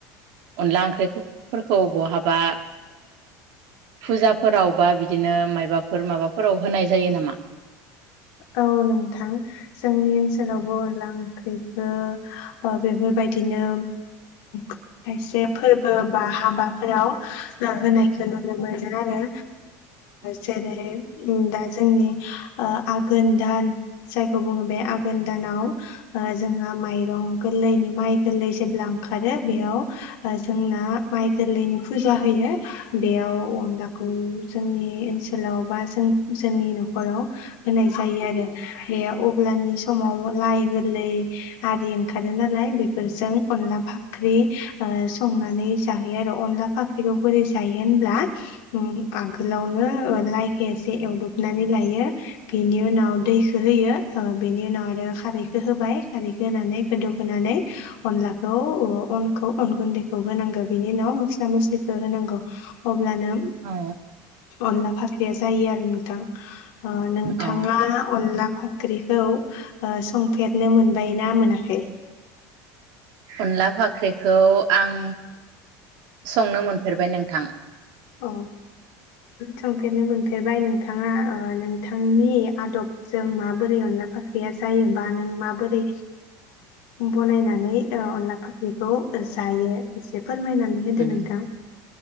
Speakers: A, on the right; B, on the left.
A: अनला ओंख्रिफोरखौ बहाबा फुजाफोराव बा बिदिनो मबाफोर माबाफोराव होनाय जायो नामा?
B: औ नोंथां जोंनि ओनसोलावबो अनला ओंख्रैखौ बेफोरबायदिनो खायसे फोरबोबा हाबाफोराव होनायखौ नुनो मोनो आरो जेरै दा जोंनि ओ आघोन दान जायखौ बुङो बे आघोन दानाव जोंहा माइरं गोरलैनि माइ गोरलै जेब्ला ओंखारो बेयाव जोंना माइ गोरलैनि फुजा होयो बेयाव अनलाखौ जोंनि ओनसोलाव बा जों जोंनि न'खराव होनाय जायो आरो। बे अब्लानि समाव लाइ गोरलै आरि ओंखारो नालाय बेफोरजों अनला फाख्रि संनानै जाहोयो आरो अनला फाख्रिखौ बोरै जायो होनब्ला उम आगोलावनो लाइखौ एसे एवदबनानै लायो। बेनि उनाव दैखो होयो बेनि उनाव आरो खारैखौ होबाय खारैखौ होनानै गोदौहोनानै अनलाखौ अनखौ अन गुन्दैखौ होनांगौ बेनि उनाव मस्ला मस्लिखौ होनांगौ अ अब्लानो
A: औ
B: अनला फाख दे जायो आरो नोंथां। ओ नों बिथाङा
A: अ
B: अनला फाख ख्रिखौ संफेरनो मोनबाय ना मोनाखै?
A: अनला फाख्रिखौ आं संनो मोनफेरबाय नोंथां
B: औ संफेरनो मोनफेरबाय नोंथाङा नोंथांनि आदबजों माबोरै अनला फाख्रिया जायोबा नों माबोरै बनायनानै अनला फाख्रिखौ जायो एसे फोरमायनानै होदो
A: उम
B: नोंथां